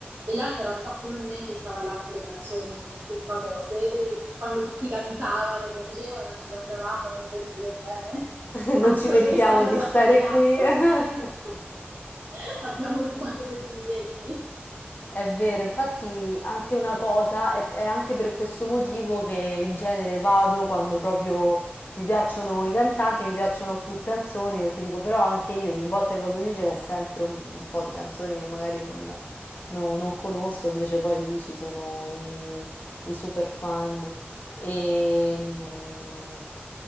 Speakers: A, on the right (about 70°); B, on the left (about 50°).
A: e l'altro era un po' come me che stava là con le canzoni più famose e quando tutti cantavano, piangevano, ci guardavamo come per dire, bene, <laughs>
B: Non
A: anche
B: ci meritiamo
A: questa non
B: di
A: la
B: stare
A: facciamo,
B: qui. <laughs>
A: <laughs> abbiamo rubato due biglietti.
B: È vero, infatti anche una cosa, è, è anche per questo motivo che in genere vado quando proprio mi piacciono i cantanti, mi piacciono più canzoni, perché dico però anche io ogni volta che vado lì ce n'è sempre un, un po' di canzoni che magari non, no- non conosco, invece poi lì ci sono i, i super fan. E, mm,